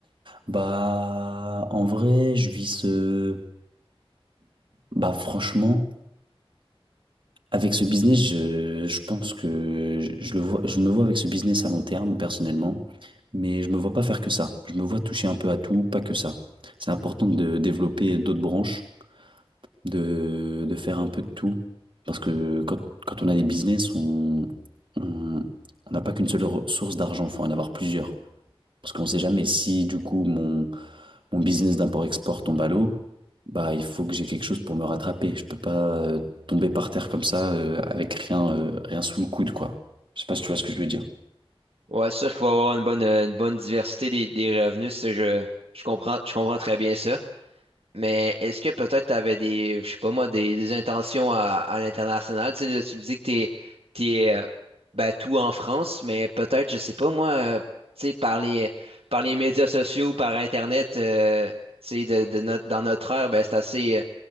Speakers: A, on the right (about 55°); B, on the right (about 70°).
A: Bah, en vrai, je vis ce... Bah, franchement, avec ce business, je, je pense que je, je le vois, je me vois avec ce business à long terme, personnellement, mais je me vois pas faire que ça. Je me vois toucher un peu à tout, pas que ça. C'est important de développer d'autres branches, de, de faire un peu de tout, parce que quand, quand on a des business, on, on, on n'a pas qu'une seule re- source d'argent, faut en avoir plusieurs. Parce qu'on sait jamais si, du coup, mon mon business d'import-export tombe à l'eau, bah, il faut que j'ai quelque chose pour me rattraper. Je peux pas euh, tomber par terre comme ça euh, avec rien, euh, rien sous le coude, quoi. Je sais pas si tu vois ce que je veux dire.
B: Ouais, c'est sûr qu'il va y avoir une bonne, euh, une bonne diversité des, des revenus, ça je, je comprends, je comprends très bien ça. Mais est-ce que peut-être tu avais des, je sais pas moi, des, des intentions à, à l'international? Tu sais, là, tu me dis que t'es, t'es euh, ben, tout en France, mais peut-être, je sais pas moi, euh, tu sais, par les, par les médias sociaux, par Internet, euh, tu sais, de, de notre- dans notre ère, ben, c'est assez. euh,